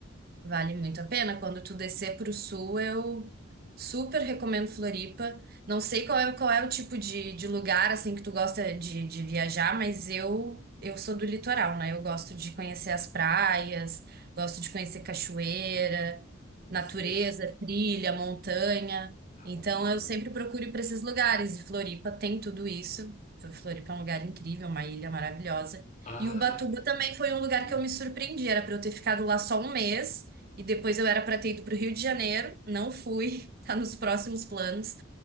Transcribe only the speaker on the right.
Vale muito a pena. Quando tu descer para o sul, eu super recomendo Floripa. Não sei qual é, qual é o tipo de, de lugar assim que tu gosta de, de viajar, mas eu eu sou do litoral, né? Eu gosto de conhecer as praias, gosto de conhecer cachoeira, natureza,
trilha, montanha.
Então
eu sempre procuro ir para esses lugares e Floripa tem tudo isso. Floripa é um lugar incrível, uma ilha maravilhosa.
E Ubatuba também foi
um lugar que eu me surpreendi. Era para eu ter ficado lá só um mês. E depois eu era para ter ido para o Rio de Janeiro, não fui, <laughs> tá nos próximos planos.